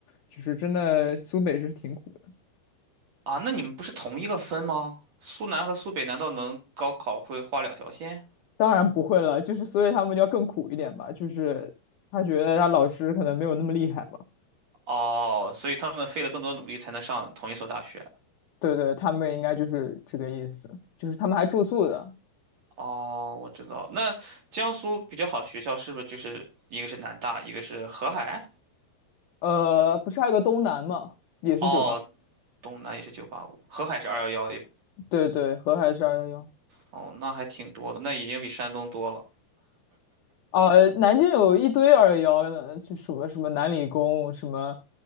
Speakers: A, on the left; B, on the right.
A: 就是真的苏北是挺苦的。
B: 啊，那你们不是同一个分吗？苏南和苏北难道能高考会画两条线？
A: 当然不会了，就是所以他们就要更苦一点吧，就是他觉得他老师可能没有那么厉害吧。
B: 哦，所以他们费了更多努力才能上同一所大学。
A: 对对，他们应该就是这个意思，就是他们还住宿的，
B: 哦，我知道。那江苏比较好的学校是不是就是一个是南大，一个是河海？
A: 呃，不是还有个东南嘛，也是酒吧，
B: 哦，东南也是九八五，河海是二幺幺，也
A: 对对，河海是二幺幺，
B: 哦，那还挺多的，那已经比山东多了。
A: 啊，南京有一堆二幺幺的，就什么什么南理工，什么